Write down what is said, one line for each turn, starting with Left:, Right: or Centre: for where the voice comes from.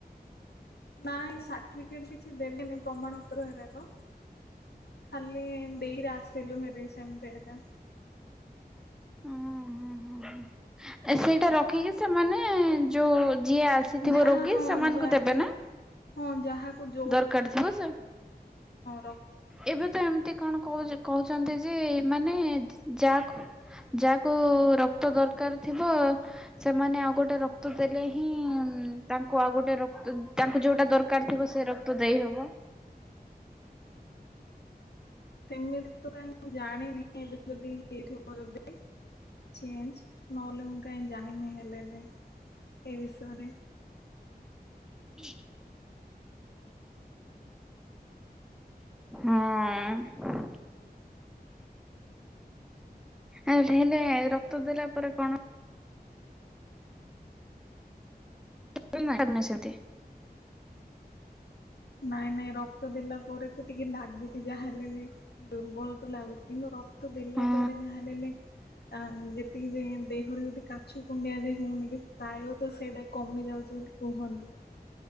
Left: ନାଇଁ ସାର୍ଟିଫିକେଟ କିଛି ଦେଲେନି, ପ୍ରମାଣ ପତ୍ର ହେରାକ। ଖାଲି ଦେଇକିରେ ଆସିଥିଲୁ ସେଠି ହେରି ସେମତି ଏକା।
Centre: ଓ ହଁ ହଁ ସେଇଟା ରଖିକି ସେମାନେ ଯୋଉ ଯିଏ ଆସ ଥିବ
Left: ଯାହା
Centre: ରୋଗୀ
Left: ହଁ
Centre: ସେମାନଙ୍କୁ
Left: ଯାହାକୁ
Centre: ଦେବେ ନା।
Left: ହଁ ଯାହାକୁ ଯ
Centre: ଦରକାର ଥିବ ସେ
Left: ର
Centre: ଏବେ ତ ଏମିତି କଣ କହୁ କହୁଛନ୍ତି। ଯେ ମାନେ ଯାକୁ ଯାହାକୁ ରକ୍ତ ଦରକାର ଥିବ। ସେମାନେ ଆଉ ଗୋଟେ ରକ୍ତ ଦେଲେ, ହିଁ ତାଙ୍କୁ ଆଉ ଗୋଟେ ରକ୍ତ ତାଙ୍କୁ ଯୋଉଟା ଦରକାର ଥିବ। ସେ ରକ୍ତ ଦେଇ ହବ।
Left: ସେମିତି ତ କାଇଁ ମୁଁ ଜାଣିନି ଏବେ ଯଦି। ଲେଟ୍ ହବ ଯଦି ଚେଞଜ ନହେଲେ ମୁଁ କାହିଁ ଜାଣିନି ହେଲେ ହେଲେ ଏଇ ବିଷୟରେ
Centre: ହୁଁ ହଁ ଏମିତି ହେଲେ ରକ୍ତ ଦେଲା ପରେ କଣ ଶ ସେଛନ୍ତି
Left: ନାଇଁ ନାଇଁ ରକ୍ତ ଦେଲା ପରେ ତ ଟିକେ ଲାଗୁଛି ଯାହା ହେଲେ ଦୁର୍ବଳ ତ ଲାଗୁଛି କିନ୍ତୁ ରକ୍ତ ଦେଲା
Centre: ହଁ
Left: ପରେ ଯାହା ହେଲେ ହେଲେ ଯେତିକି ଯେ ଘରେ ଯଦି କାଛ କୁଣ୍ଡିଆଜି ହଉନି କି ପ୍ରାୟତଃ ସେଇଟା କମି ଯାଉଛି ବୋଲି କୁହନ୍ତି